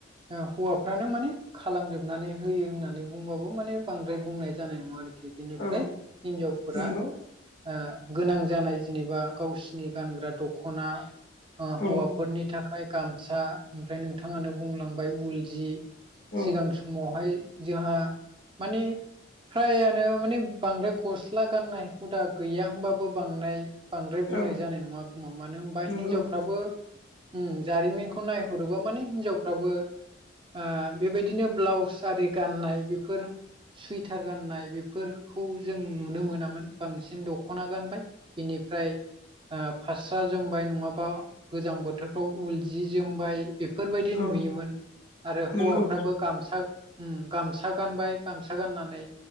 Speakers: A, on the right; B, on the left.
A: ओ हौवाफ्रानो माने खालामजोबनानै होयो होननानै बुंबाबो माने बांद्राय बुंनाय जानाय नङा आरोखि बिनिफ्राय
B: औ
A: हिनजावफोरा
B: नंगौ
A: ओ गोनां जानाय जेनेबा गावसिनि गानग्रा दख'ना ओ
B: औ
A: हौवा फोरनि थाखाय गामसा ओमफ्राय नोंथाङानो बुंलांबाय उल जि
B: औ
A: सिगां स मावहाय जोंहा माने फ्रायानो माने बांद्राय गस्ला गाननाय हुदा गैया होनबाबो बांनाय बांद्राय बुंनाय
B: औ
A: जानाय नङा खोमा मानो होनबा
B: नंगौ
A: हिनजावफ्राबो उम जारिमिन खौ नायहरोबा माने हिनजावफ्राबो आ बेबायदिनो ब्लाउस आरि गाननाय बेफोर सुइटार गाननाय बेफोरखौ जों नुनो मोनामोन बांसिन दखना गानबाय बेनिफ्राय ओ फास्रा जोमबाय नङाबा गोजां बोथोरफ्राव उल जि जोमबाय बेफोरबायदि
B: औ
A: नुयोमोन आरो हौवाफ्राबो
B: नंगौ
A: गामसा उम गामसा गानबाय गामसा गाननानै